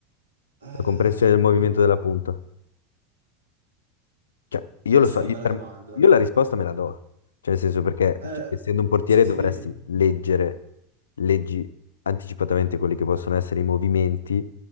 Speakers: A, on the right; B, on the left.
A: eh,
B: comprensione del movimento
A: il-
B: della punta? Cioè, io
A: questa
B: lo so,
A: è una
B: io,
A: bella
B: per-
A: domanda.
B: io la risposta me la do. Cioè, nel senso perché,
A: Eh,
B: cioè, essendo un portiere,
A: sì,
B: dovresti
A: sì, dimmi.
B: leggere, leggi anticipatamente quelli che possono essere i movimenti